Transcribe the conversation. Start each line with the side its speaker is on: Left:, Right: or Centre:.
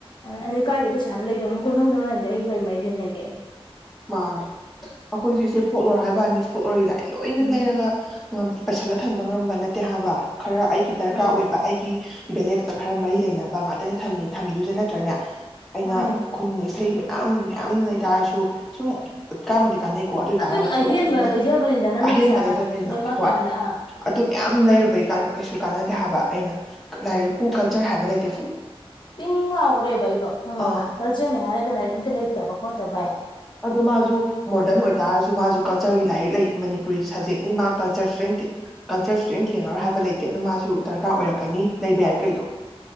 Left: ꯑ ꯀꯥꯏꯗꯦ ꯄꯩꯁꯥꯅ ꯂꯩꯗꯧꯅꯣ ꯀꯣꯟꯍꯧꯗꯧꯅꯣ ꯍꯥꯏꯝꯗꯤ
Centre: ꯎꯝ
Left: ꯑꯩꯒ ꯀꯔꯤꯃꯔꯤ ꯂꯩꯅꯒꯦ
Centre: ꯃꯥꯅꯦ ꯑꯩꯈꯣꯏꯁꯨ ꯏꯆꯦ ꯐꯣꯛꯂꯣꯔ ꯍꯥꯏꯕꯅꯤ ꯐꯣꯛꯂꯣꯔ ꯏ ꯂꯥꯏ ꯂꯣꯏꯅ
Left: ꯎꯝ
Centre: ꯂꯩꯔꯒ ꯄꯩꯁꯜꯂ ꯊꯝꯕ ꯉꯝꯕ ꯅꯠꯇꯦ ꯍꯥꯏꯕ ꯈꯔ ꯑꯩꯒꯤ ꯗꯔꯀꯥꯔ
Left: ꯎꯝ
Centre: ꯑꯣꯏꯕ ꯑꯩꯒꯤ ꯚꯦꯂꯦꯠꯀ ꯈꯔ ꯃꯔꯤ ꯂꯩꯅꯕ ꯉꯇꯅꯦ ꯊꯝꯃꯤ ꯊꯝꯗꯨꯁ ꯅꯠꯇ꯭ꯔꯅꯦ ꯑꯩꯅ
Left: ꯃꯥꯅꯦ
Centre: ꯈꯨꯅꯨꯡ ꯏꯁꯩ ꯃꯌꯥꯝ ꯃꯌꯥꯝ ꯂꯩꯇꯥꯔꯁꯨ ꯁꯨꯝ ꯀꯥꯡꯕꯨꯗꯤ ꯀꯥꯟꯅꯩꯀꯣ ꯑꯗꯨ ꯑꯣꯏ
Left: ꯑꯗꯨꯅ
Centre: ꯇꯥꯔꯒꯁꯨ
Left: ꯑꯍꯦꯟꯕ
Centre: ꯑꯩꯅ
Left: ꯂꯩꯖꯕꯅꯤꯗ ꯅꯪꯅ
Centre: ꯑꯍꯦꯟꯕ
Left: ꯄꯩꯁꯥ
Centre: ꯂꯩꯖꯕꯅꯤꯅ
Left: ꯂꯦꯝꯃꯛꯑꯀꯥꯟꯗ
Centre: ꯍꯣꯏ
Left: ꯑꯥ
Centre: ꯑꯗꯨ ꯃꯌꯥꯝ ꯂꯩꯔꯨꯕꯩ ꯀꯩꯁꯨ ꯀꯥꯟꯅꯗꯦ ꯍꯥꯏꯕ ꯑꯩꯅ ꯂꯥꯏꯔꯤꯛꯄꯨ ꯀꯜꯆꯔ ꯍꯥꯏꯕ ꯂꯩꯇ
Left: ꯄ ꯄꯤꯡ ꯂꯥꯎꯕ꯭ꯔꯦꯕ ꯑꯩꯗꯣ ꯍꯪꯉꯕ
Centre: ꯑꯥ
Left: ꯀꯜꯆꯔꯅꯦ ꯍꯥꯏꯔꯒ ꯂꯥꯏꯔꯤꯛ ꯑꯝꯇ ꯂꯩꯇꯕ ꯈꯣꯠꯇꯕ
Centre: ꯍꯣꯏ
Left: ꯑꯩ
Centre: ꯑꯗꯣ ꯃꯥꯁꯨ ꯃꯣꯗꯔꯟ ꯑꯣꯏ ꯑꯣꯏ ꯇꯥꯔꯁꯨ ꯃꯥꯁꯨ ꯀꯜꯆꯔꯒꯤ ꯂꯥꯏꯔꯤꯛ ꯂꯩ ꯃꯅꯤꯄꯨꯔꯤ ꯁꯞꯖꯦꯛꯅꯤ ꯃꯥ ꯀꯜꯆꯔꯁꯨ ꯂꯩꯇꯦ ꯀꯜꯆꯔꯁꯨꯦꯡ ꯊꯦꯡꯉꯔꯣꯏ ꯍꯥꯏꯕ ꯂꯩꯇꯦ ꯑꯗꯣ ꯃꯥꯁꯨ ꯗꯔꯀꯥꯔ ꯑꯣꯏꯔꯛꯀꯅꯤ ꯂꯩꯕ ꯌꯥꯏ ꯀꯩꯗꯣ